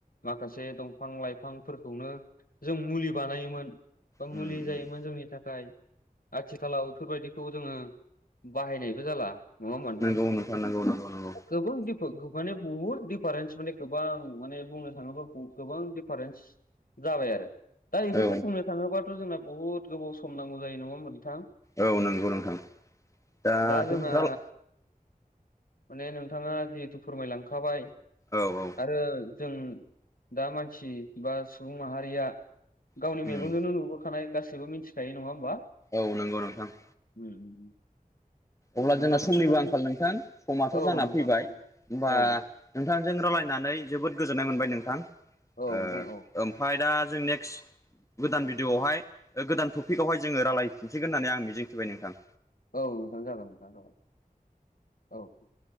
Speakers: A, on the left; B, on the left.
A: माखासे दंफां लाइफांफोरखौनो जों मुलि बानायोमोन। बा
B: उम
A: मुलि जायोमोन
B: उम
A: जोंनि थाखाय आथिखालाव बेफोरबायदिखौ जोङो। बाहायनायबो जाला नङा होनबा नोथां
B: नंगौ नोंथां नंगौ नंगौ नंगौ
A: गोबां बिदि। माने बहुत डिफारेन्स माने गोबां माने बुंनो थाङोब्ला गोबां डिफारेन्स। जाबाय आरो दा बेफोरखौ
B: औ
A: बुंनो थाङोबाथ' जोंना बहुद गोबाव सम नांगौ जायो नङा होम्बा नोंथां?
B: औ नंगौ नोंथां दाथ'।
A: दा जोंना माने नोंथाङा जिहेथु फोरमायलांखाबाय
B: औ औ
A: आरो। जों दा मानसि बा सुबुं माहारिया। गावनि
B: उम
A: मेगनजोंनो नुबोखानाय गासैबो मिथिखायो नङा होमबा।
B: औ नंगौ नोंथां।
A: उम उम।
B: अब्ला
A: नोंथांनिसिम
B: जोंना समनिबो
A: माने
B: आंखाल नोंथां समाथ'
A: औ
B: जाना
A: नोंथां
B: फैबाय।
A: औ
B: होमबा
A: औ
B: नोंथांजों रायलायनानै जोबोद गोजोननाय मोनबाय नों थां
A: औ नोंथां
B: ओ-ओमफ्राय
A: औ
B: दा जों नेक्स। गोदान भिडिअ'आवहाय ओ-गोदान टपिकआवहाय जोङो रालायफिनसिगोन होन्नानै आं मिजिंथिबाय नोंथां।
A: औ नोंथां जागोन नोंथां औ जागोन औ।